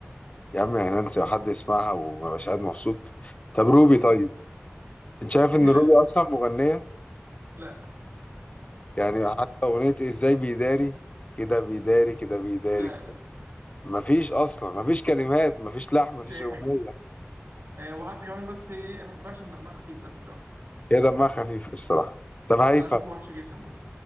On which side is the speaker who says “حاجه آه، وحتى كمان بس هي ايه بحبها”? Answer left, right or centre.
Right